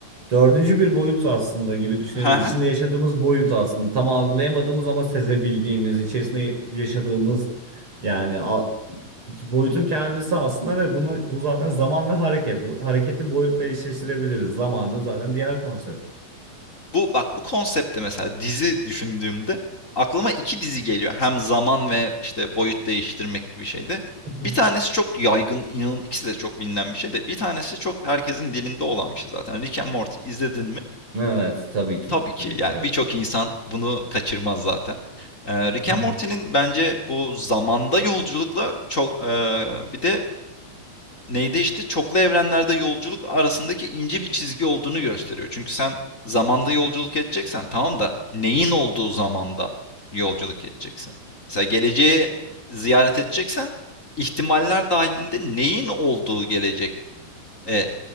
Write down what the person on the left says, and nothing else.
Hı
Bu bak bu konsepte mesela dizi düşündüğümde aklıma 2 dizi geliyor. Hem zaman ve, işte, boyut değiştirmek gibi şeyde.
Bir tanesi çok yaygın, inan ikisi de çok bilinen bir şey de bir tanesi çok herkesin dilinde olan bir şey zaten. Rick and Morty izledin mi?
Tabii ki,
yani,
birçok insan bunu kaçırmaz zaten. Eee, Rick
and Morty'nin bence bu zamanda yolculukla çok, eee, bir de neydi, işte, çoklu evrenlerde yolculuk arasındaki ince bir çizgi olduğunu gösteriyor. Çünkü sen zamanda yolculuk edeceksen tamam da neyin olduğu zamanda yolculuk edeceksin? Mesela geleceği ziyaret edeceksen ihtimaller dahilinde neyin olduğu gelecek Eee,